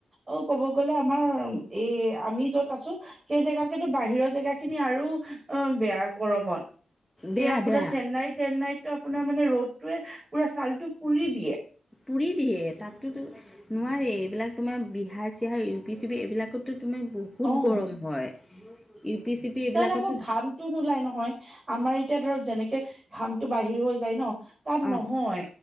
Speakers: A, on the right; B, in the centre.
A: অ ক'ব গ'লে আমাৰ এ আমি যত আছো, সেই জেগাতকেতো বাহিৰৰ জেগা খিনি আৰু অ বেয়া গৰমত
B: বেয়া
A: এই আপোনাৰ
B: বেয়া
A: চেন্নাই তেন্নাইত আপোনাৰ মানে ৰ'দটোৱে পুৰা ছাল টো পুৰি দিয়ে।
B: পুৰি দিয়ে তাততোতো নোৱাৰে এইবিলাক তোমাৰ বিহাৰ চিহাৰ ইউ পি চি প এইবিলাকতো তমে বহুত
A: অ',
B: গৰম হয়। ইউ পি চি পি এইবিলাকতো
A: তাত আকৌ ঘামটো নোলাই নহয় আমাৰ এতিয়া ধৰক যেনেকে ঘামটো বাহিৰ হৈ যায় ন তাত
B: অঁ
A: নহয়